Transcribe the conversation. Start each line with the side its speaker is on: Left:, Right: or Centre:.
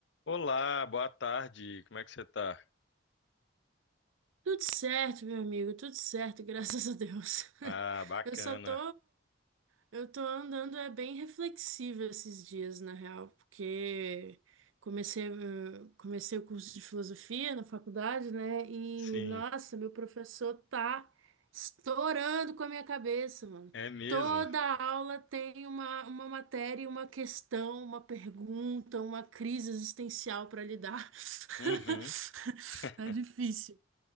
Left: Olá, boa tarde. Como é que você tá?
Right: Tudo certo, meu amigo, tudo certo, <laughs> graças a Deus.
Left: Ah,
Right: <laughs>
Left: bacana.
Right: Eu só tô, eu tô andando é bem reflexiva esses dias, na real, porque comecei, eh, comecei o curso de filosofia na faculdade, né? E
Left: Sim,
Right: nossa, meu professor tá estourando com a minha cabeça, mano.
Left: é mesmo.
Right: Toda aula tem uma, uma matéria, uma questão, uma pergunta, uma crise existencial para lidar. <laughs>
Left: Uhum. <laughs>
Right: Tá difícil.